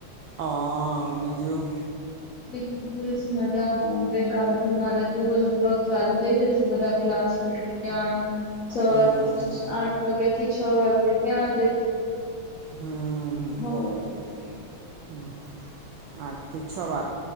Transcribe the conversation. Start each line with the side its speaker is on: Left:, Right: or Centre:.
Right: હાઆ, બીજું
Left: બીજું બસ મજામાં હવે કાલ થી મારેથી લગભગ ચાલુ થઈ જશે બધા ક્લાસ તો એટલે કે ત્યાં સવારથી
Right: હમ
Left: આઠ વાગ્યા થી છ વાગ્યા ત્યાં જઈશ
Right: હમ્મ, હમ્મ.
Left: હો
Right: હા આઠથી છવા